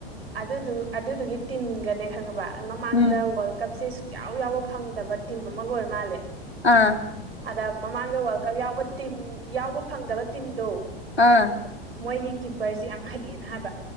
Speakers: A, on the right; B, on the left.
A: ꯑꯗꯨꯗꯨ ꯑꯗꯨꯗꯨꯒꯤ ꯇꯤꯝꯒꯅꯦ ꯈꯪꯉꯕ ꯃꯃꯥꯡꯗ
B: ꯎꯝ
A: ꯋꯥꯔꯜ ꯀꯞꯁꯦ ꯁꯨꯡꯌꯥꯎ ꯌꯥꯎꯕ ꯐꯪꯗꯕ ꯇꯤꯝ ꯑꯃꯒ ꯑꯣꯏꯔꯃꯥꯜꯂꯦ꯫
B: ꯑꯥ꯫
A: ꯑꯗ ꯃꯃꯥꯡꯗ ꯋꯥꯔꯜ ꯀꯞ ꯌꯥꯎꯕ ꯇꯤꯝ ꯌꯥꯎꯕ ꯐꯪꯗꯕ ꯇꯤꯝꯗꯣ꯫
B: ꯑꯥ꯫
A: ꯃꯣꯏꯒꯤ ꯀꯤꯞꯄꯔꯁꯤ ꯌꯥꯝ ꯍꯩꯌꯦꯅ ꯍꯥꯏꯕ